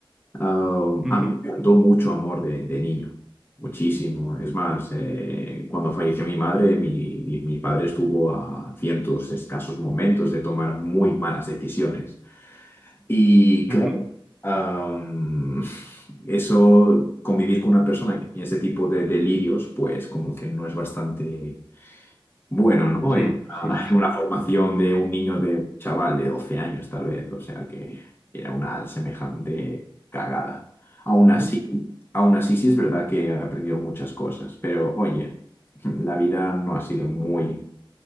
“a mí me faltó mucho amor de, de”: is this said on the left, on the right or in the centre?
Left